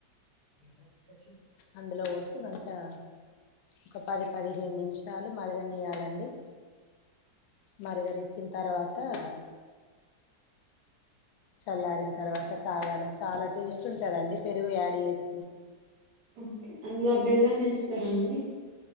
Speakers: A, on the right; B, on the left.
A: ఏం టాఫిక్ వచ్చిన్
B: అందులో పోసి మంచిగా ఒక పది పదిహేను నిమిషాలు మరగా నియ్యాలండి మరుగ నిచ్చిన తర్వా త చల్లారిన తర్వాత తాగాల చాలా టేస్ట్ ఉంటదండి పెరుగు యాడ్ చేస్
A: ఓకే అందులో బెల్లం వేస్తరా అండి